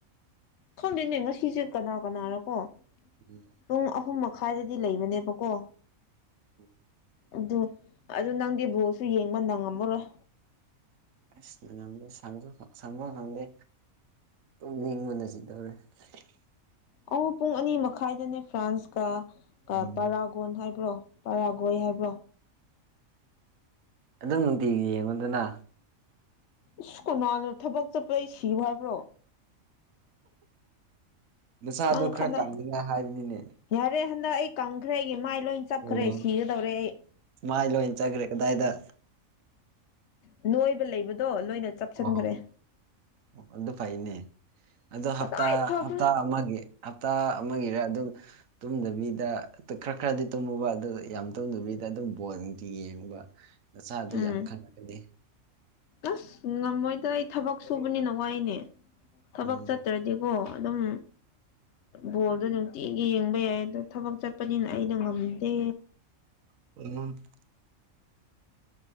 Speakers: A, on the left (about 65°); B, on the right (about 75°).
A: ꯈꯪꯗꯦꯅꯦ ꯉꯁꯤꯁꯦ ꯀꯅꯥ ꯀꯅꯥꯔꯀꯣ
B: <unintelligible>
A: ꯄꯨꯡ ꯑꯍꯨꯝ ꯃꯈꯥꯏꯗꯗꯤ ꯂꯩꯕꯅꯦꯕꯀꯣ
B: <unintelligible>
A: ꯑꯗꯨ ꯑꯗꯨ ꯅꯪꯗꯤ ꯕꯣꯜꯁꯨ ꯌꯦꯡꯕ ꯅꯪꯉꯝꯃꯔꯣꯏ
B: ꯑꯁ ꯃꯅꯝꯗꯣ ꯁꯟꯖꯨ ꯁꯪꯕ ꯈꯪꯗꯦ <unintelligible>
A: ꯑ ꯄꯨꯡ ꯑꯅꯤ ꯃꯈꯥꯏꯗꯅꯦ ꯐ꯭ꯔꯥꯟꯁꯀ
B: ꯎꯝ
A: ꯄꯔꯥꯒꯣꯟ ꯍꯥꯏꯕ꯭ꯔꯣ ꯄꯔꯥꯒꯣꯏ ꯍꯥꯏꯕ꯭ꯔꯣ
B: ꯑꯗꯨꯝ ꯅꯨꯡꯇꯤꯒꯤ ꯌꯦꯡꯉꯣꯗꯅ
A: ꯏꯁꯁ ꯀꯅꯥꯅꯣ ꯊꯕꯛ ꯆꯠꯄ ꯑꯩ ꯁꯤꯌꯨ ꯍꯥꯏꯕ꯭ꯔꯣ
B: ꯅꯁꯥꯗꯣ
A: ꯅꯪ
B: ꯈ꯭ꯔ
A: ꯈꯟꯅ
B: ꯀꯪꯅꯤꯡꯉꯥꯏ ꯍꯥꯏꯕꯅꯤꯅꯦ
A: ꯌꯥꯔꯦ ꯍꯟꯗꯛ ꯑꯩ ꯀꯪꯈ꯭ꯔꯦ ꯑꯩꯒꯤ ꯃꯥꯏ ꯂꯣꯏ ꯆꯞꯈ꯭ꯔꯦ
B: ꯑꯣ
A: ꯁꯤꯒꯗꯧꯔꯦ ꯑꯩ
B: ꯃꯥꯏ ꯂꯣꯏꯅ ꯆꯠꯈ꯭ꯔꯦ ꯀꯗꯥꯏꯗ
A: ꯅꯣꯏꯕ ꯂꯩꯕꯗꯣ ꯂꯣꯏꯅ ꯆꯞꯁꯤꯟꯈ꯭ꯔꯦ
B: ꯑꯣ ꯑꯣ ꯑꯗꯨ ꯐꯩꯅꯦ ꯑꯗꯣ
A: ꯀꯗꯥꯏ
B: ꯍꯞꯇꯥ
A: ꯐꯕ꯭ꯔꯥ
B: ꯍꯞꯇꯥ ꯑꯃꯒꯤ ꯍꯞꯇꯥ ꯑꯃꯒꯤꯔ ꯑꯗꯨꯝ ꯇꯨꯝꯗꯕꯤꯗ ꯑꯗꯨ ꯈꯔ ꯈꯔꯗꯤ ꯇꯨꯝꯃꯨꯕ ꯌꯥꯝ ꯇꯧꯗꯕꯤꯗ ꯑꯗꯨꯝ ꯕꯣꯜ ꯅꯨꯡꯇꯤ ꯌꯦꯡꯕ ꯅꯆꯥꯥꯗꯣ
A: ꯎꯝ
B: ꯌꯥꯝ ꯈꯪꯂꯛꯀꯅꯤ
A: ꯑꯁ ꯉꯝꯃꯣꯏꯗ ꯑꯩ ꯊꯕꯛ ꯁꯨꯕꯅꯤꯅ ꯋꯥꯏꯅꯦ ꯊꯕꯛ
B: ꯎꯝ
A: ꯆꯠꯇ꯭ꯔꯗꯤ ꯗꯤꯀꯣ ꯑꯗꯨꯝ ꯕꯣꯜꯗꯣ ꯅꯨꯡꯇꯤꯒꯤ ꯌꯦꯡꯕ ꯌꯥꯏ ꯑꯗꯣ ꯊꯕꯛ ꯆꯠꯄꯅꯤꯅ ꯑꯩꯗꯣ ꯉꯝꯗꯦ
B: <unintelligible>